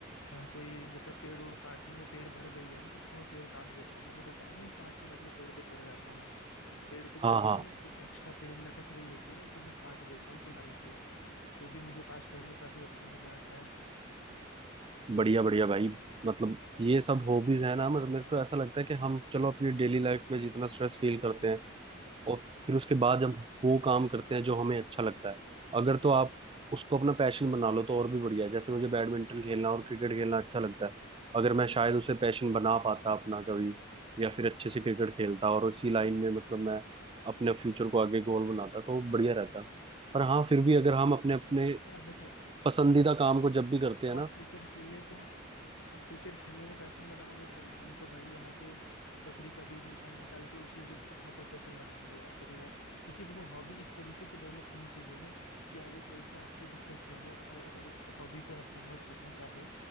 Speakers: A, on the left; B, on the right.
A: अ, कोई मतलब पेड़ ओड़ काटनी है पेड़ बढ़ गई है ना तो उसको मैं पेड़ काट देता हूँ मैंने बताया ना मैं पांच मिनट में पेड़ पे चढ़ जाता हूँ पेड़ पे चढ़
B: हाँ हाँ
A: के ना जो एक्स्ट्रा पेड़ लटक रही होती है ना वो सब मैं काट देता हूँ कुल्हाड़ी से तो भी मुझे पास टाइम में काफी अच्छा मजा आता है
B: बढ़िया बढ़िया भाई मतलब ये सब हॉबीज है ना मतलब मेरे को ऐसा लगता है कि हम चलो अपनी डेली लाइफ में जितना स्ट्रेस फील करते हैं और फिर उसके बाद जब वो काम करते हैं जो हमें अच्छा लगता है अगर तो आप उसको अपना पैशन बना लो तो और भी बढ़िया है जैसे मुझे बैडमिंटन खेलना और क्रिकेट खेलना अच्छा लगता है अगर मैं शायद उसे पैशन बना पाता अपना कभी या फिर अच्छे से क्रिकेट खेलता और उसी लाइन में मतलब मैं अपने फ्यूचर को आगे गोल बनाता तो बढ़िया रहता पर हाँ फिर भी अगर हम अपने अपने
A: यार देखो
B: पसंदीदा काम को जब भी करते हैं
A: आप
B: ना
A: क्रिकेट खेलने को आप क्रिकेट खेलने को पैशन बनाओगे भाई हम तो भाई यहाँ पे बकरी का दूध निकाल निकाल के उसी को अपना प्रोफेशन बनाएंगे यार बढ़िया क्योंकि देखो हॉबी इस तरीके से डेवलप होनी चाहिए ना कि आगे चल के आपको दिक्कत ना हो अ- अगर उस हॉबी को आप कन्वर्ट करना चाहो